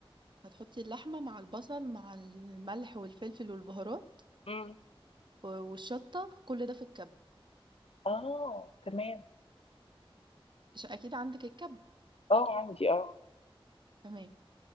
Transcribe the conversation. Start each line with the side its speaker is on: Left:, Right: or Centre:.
Right: هتحطي اللحمة مع البصل مع الملح والفلفل والبهارات
Left: مم.
Right: و- والشطة كل ده في الكب
Left: اه تمام
Right: عشان أكيد عندك الكب
Left: اه عندي اه
Right: تمام